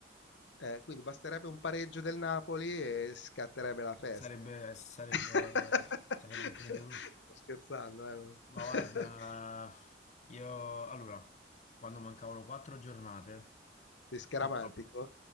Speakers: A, on the left; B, on the left.
A: Eh, quindi basterebbe un pareggio del Napoli e scatterebbe la festa.
B: Sarebbe, sarebbe,
A: <laughs>
B: sarebbe finito tutto.
A: Sto scherzando, eh? non-
B: Ma
A: <laughs>
B: guarda, io allora, quando mancavano quattro giornate,
A: Sei scaramantico?
B: purtroppo,